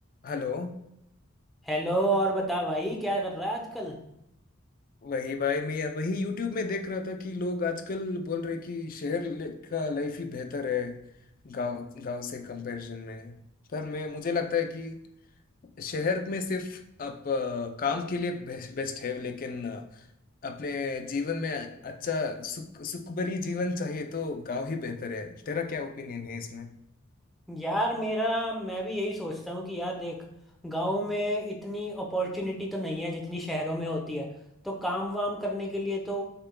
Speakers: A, on the left; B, in the centre.
A: Hello
B: Hello और बता भाई क्या कर रहा है आजकल
A: वही भाई मैं वही यूट्यूब में देख रहा था कि लोग आजकल बोल रहे कि शहर ले- का लाइफ ही बेहतर है गांव गांव से कंपैरिजन में पर मैं मुझे लगता है कि शहर में सिर्फ आप अ, काम के लिए बेस्ट है लेकिन अ, अपने जीवन में अच्छा सुख सुख भरी जीवन चाहिए तो गांव ही बेहतर है तेरा क्या ओपिनियन है इसमें
B: यार मेरा मैं भी यही सोचता हूँ कि यार देख गांव में इतनी अपॉर्चुनिटी तो नहीं है जितनी शहरों में होती है तो काम वाम करने के लिए तो